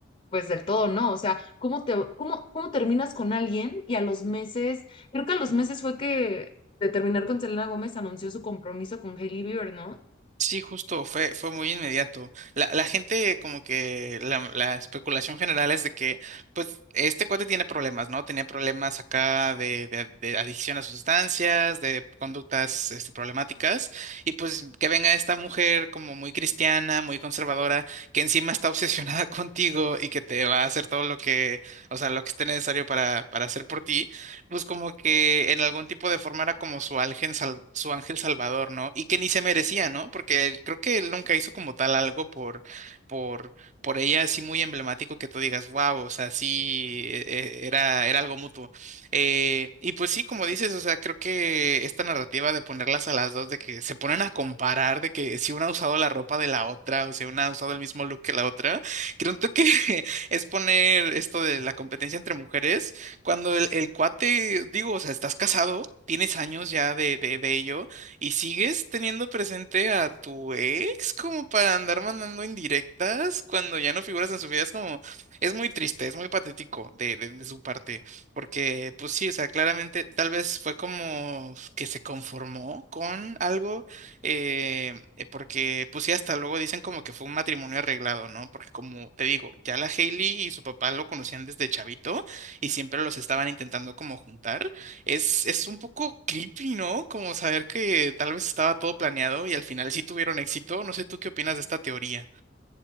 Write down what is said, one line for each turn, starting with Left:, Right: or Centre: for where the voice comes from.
Left: pues del todo no, o sea, ¿cómo te, cómo, cómo terminas con alguien y a los meses, creo que a los meses fue que de terminar con Selena Gómez anunció su compromiso con Hailey Bieber, ¿no?
Right: Sí, justo, fue, fue muy inmediato. La, la gente, como que la, la especulación general es de que, pues, este cuate tiene problemas, ¿no? Tenía problemas acá de, de- de adicción a sustancias, de conductas, este, problemáticas, y pues que venga esta mujer como muy cristiana, muy conservadora, que encima está obsesionada <laughs> contigo y que te va a hacer todo lo que, o sea, lo que esté necesario para, para hacer por ti pues como que en algún tipo de forma era como su ángel, sal- su ángel salvador, ¿no? Y que ni se merecía, ¿no? Porque él- creo que él nunca hizo como tal algo por, por, por ella así muy emblemático que tú digas, wow, o sea, sí, e- e- era, era algo mutuo. Eh, y pues sí, como dices, o sea, creo que esta narrativa de ponerlas a las dos, de que se ponen a comparar, de que si una ha usado la ropa de la otra, o si una ha usado el mismo look que la otra, creo que <laughs> es poner esto de la competencia entre mujeres cuando el, el cuate, digo, o sea, estás casado, tienes años ya de, de, de ello y sigues teniendo presente a tu ex como para andar mandando indirectas cuando ya no figuras en su vida. Es como, es muy triste, es muy patético de, de, de su parte, porque pues sí, o sea, claramente tal vez fue como que se conformó con algo, eh, eh, porque pues sí, hasta luego dicen como que fue un matrimonio arreglado, ¿no? Porque como te digo, ya la Hailey y su papá lo conocían desde chavito y siempre los estaban intentando como juntar. Es, es un poco creepy, ¿no? Como saber que tal vez estaba todo planeado y al final sí tuvieron éxito. No sé tú qué opinas de esta teoría.